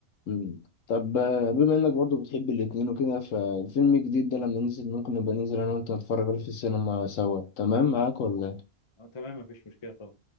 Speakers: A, on the left; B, on the left.
A: مم. طب آه، بما انك برضو بتحب الاتنين وكده فالفيلم الجديد ده لما ننزل ممكن نبقى ننزل انا وانت نتفرج عليه في السينما سوا تمام معاك ولا
B: اه تمام مفيش مشكله طبعا